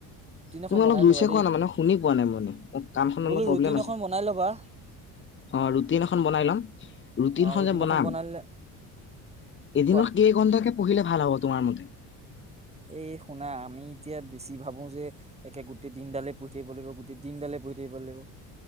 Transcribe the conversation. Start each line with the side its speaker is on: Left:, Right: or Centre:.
Right: এখন
Left: তুমি
Right: বনাই
Left: অলপ জোৰছে
Right: ল'বা দেই
Left: কোৱা না‌ মানে শুনি পোৱা নাই মই মানে, মোৰ কাণখন
Right: বোলো
Left: অলপ প্ৰব্লেম
Right: ৰুটিন
Left: আছে।
Right: এখন বনাই ল'বা
Left: অ', ৰুটিন এখন বনাই লম। ৰুটিনখন
Right: অ ৰুটিন
Left: যে বনাম,
Right: এখন বনাই
Left: এদিনত
Right: কোৱা
Left: কেই ঘন্টাকে পঢ়িলে ভাল হ'ব? তোমাৰ মতে
Right: এই শুনা আমি এতিয়া বেছি ভাবো যে একে গোটেই দিনডালে পঢ়ি থাকিব লাগিব গোটেই দিন দিন দালে বহি থাকিব লাগিব